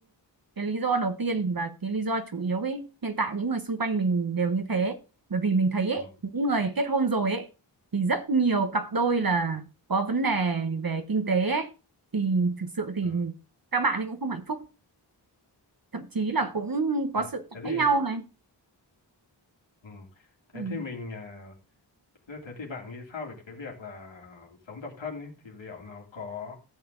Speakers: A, on the right; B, on the left.
A: cái lý do đầu tiên và cái lý do chủ yếu ấy hiện tại những người xung quanh mình đều như thế bởi vì mình thấy ấy,
B: Ừ.
A: những người kết hôn rồi ấy thì rất nhiều cặp đôi là có vấn đề về kinh tế ấy thì thực sự thì
B: Ừ.
A: các bạn ấy cũng không hạnh phúc thậm chí là cũng
B: Ờ,
A: có sự
B: thế
A: cãi
B: thì
A: nhau này
B: ừ.
A: ừ.
B: Thế thì mình à, thế thế thì bạn nghĩ sao về cái việc là sống độc thân ấy thì liệu nó có